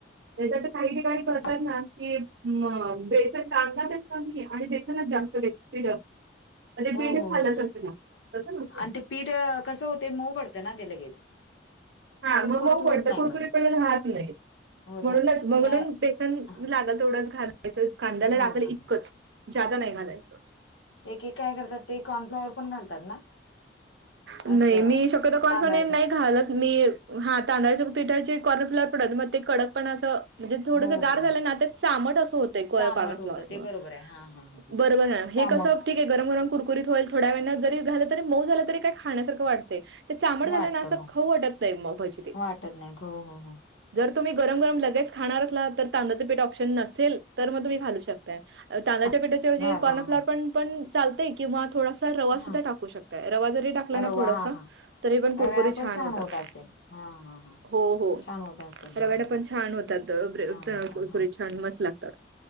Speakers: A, on the right (about 65°); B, on the left (about 80°).
A: <inaudible> नाही तर काही ठिकाणी
B: हा.
A: करतात ना कि मग बेसन कांदा तर कमी आहे आणि बेखनाच जास्तते जास्त मग ते
B: हो
A: पीठच
B: हो
A: खाल्यसारखं
B: हो
A: लागतय तस नको
B: आणि ते पीठ कसं होतय मऊ पडत ना ते लगेच
A: हा
B: कुरकुरीत
A: मग मऊ
B: होत
A: पडतय
B: नाही
A: कुकुरीपना
B: मग ते
A: राहत नाही
B: होत
A: म्हणूनच
B: नाही
A: मग
B: ए,
A: बेसन
B: हा
A: लागल तेवढंच घालायचं कांद्याला
B: हा
A: लागल
B: हा
A: इतकंच जादा नाही घालायचं
B: एकेक काय करतात ते कॉर्नफ्लॉवर पण घालतात ना
A: नाही
B: असं
A: मी शक्यतो कॉर्नफ्लॉवर
B: तांदळाच्या
A: नाही घालत मी हा तांदळाच्या पिठाची कॉर्नफ्लॉवर पडत मग ते कडकपणाचं म्हणजे थोडंसं
B: हो
A: गार
B: हो
A: झालं
B: हो
A: ना ते चामट असं होतय कॉर्नफ्लोअर
B: चामट होतं ते बरोबर आहे हा हा ह
A: <inaudible>
B: ह
A: बरोबर ना हे
B: चामट
A: कसं ठीक आहे गरम गरम करकुरीत होईल थोड्या वेळानं जरी झालं तरी मऊ झालं तरी काय खाण्यासारखं वाटतय ते चामट झालं
B: वाटत
A: ना असं
B: हो
A: खऊ वाटत नाही मग भजी ते
B: वाटत नाहीत हो हो हो
A: जर तुम्ही गरम गरम लगेच खाणार असला तर तांदळाचं पिठ ऑप्शन नसेल तर मग तुम्ही घालू शकताय तांदळाच्या
B: हा
A: पिठाची ऐवजी
B: घाल
A: कॉर्नफ्लॉर
B: हा हा
A: पण पण चालतय किंवा थोडासा रवा सुद्धा
B: हा
A: टाकू शकताय रवा जरी टाक टाकला
B: रवा
A: थोडासा
B: हा हा
A: तरी पण कुरकुरी
B: रव्यानं पण
A: छान होतात
B: होत असेल हा हा हा
A: हो हो
B: छान होत असतील
A: रव्ह्याने
B: हा हा
A: पण छान होतात
B: छान होतात
A: कुरकुरीत
B: हा
A: छान मस्त लागतात